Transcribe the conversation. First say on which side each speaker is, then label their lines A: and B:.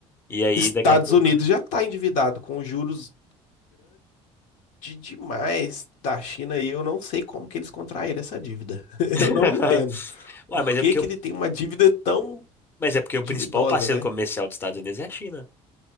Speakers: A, on the left (about 20°); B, on the left (about 80°).
A: E aí,
B: Estados
A: daqui a pouco.
B: Unidos já está endividado com juros de demais da China e eu não sei como que eles contraíram essa dívida. <laughs>
A: <laughs>
B: Eu não entendo.
A: Ué,
B: Por
A: mas é
B: que
A: porque,
B: que
A: o-
B: ele tem uma dívida tão
A: mas é porque o
B: dividosa,
A: principal parceiro
B: né?
A: comercial dos Estados Unidos é a China,